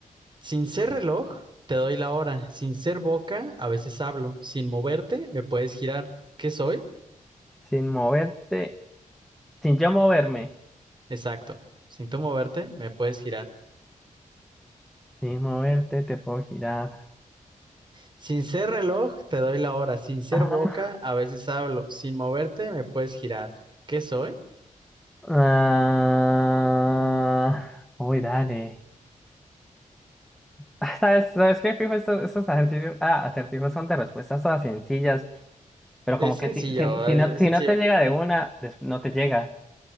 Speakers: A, on the right; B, in the centre.
A: sin ser reloj, te doy la hora. Sin ser boca, a veces hablo. Sin moverte, me puedes girar. ¿Qué soy?
B: Sin moverte, sin yo moverme.
A: Exacto. Sin tú moverte, me puedes girar.
B: Sin moverte, te puedo girar.
A: Sin ser reloj, te doy la hora. Sin ser
B: Ajá.
A: boca, a veces hablo. Sin moverte, me puedes girar. ¿Qué soy?
B: Ah, Uy, dale. Ah, ¿Sabes, sabes qué fijo estos, estos ejercicios? Ah, acertijos son de respuestas todas sencillas, pero
A: Es
B: como
A: sencillo,
B: que si, si- si
A: es,
B: no,
A: es
B: si
A: sencillo.
B: no te llega de una, des- no te llega.